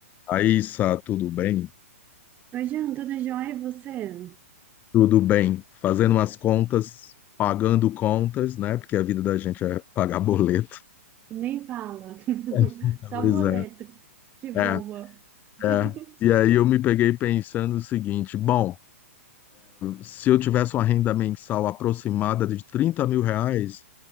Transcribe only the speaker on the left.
Aí, Sá, tudo bem?
Tudo bem. Fazendo umas contas, pagando contas, né? Porque a vida da gente é pagar boleto.
<laughs>
Pois
é.
É,
é. E aí eu me peguei pensando o seguinte: bom, se eu tivesse uma renda mensal aproximada de 30 mil reais,